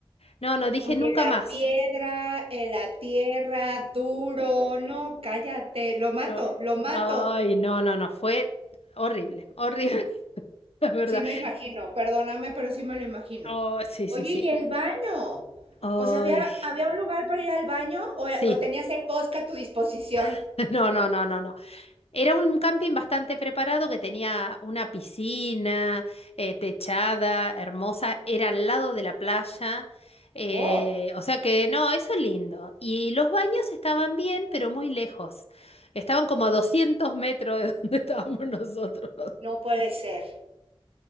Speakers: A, on the left (about 80°); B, on the right (about 70°).
A: No, no dije
B: Oye,
A: nunca
B: la
A: más.
B: piedra, eh, la tierra, duro, no, cállate, lo mato,
A: No.
B: lo mato.
A: Ay, no, no, no, fue horrible, horrible, <laughs> la verdad.
B: Sí me imagino, perdóname, pero sí me lo imagino.
A: Oh, sí,
B: Oye,
A: sí, sí.
B: ¿y el baño?
A: Ay,
B: O sea, ¿había, había un lugar para ir al baño o,
A: sí.
B: o tenías el bosque a tu disposición?
A: <laughs> No, no, no, no, no. Era un camping bastante preparado que tenía una piscina, eh, techada, hermosa, era al lado de la playa. eh,
B: Oh,
A: o sea que no, eso es lindo. Y los baños estaban bien, pero muy lejos. Estaban como a 200 metros de donde <laughs> estábamos nosotros.
B: no puede ser.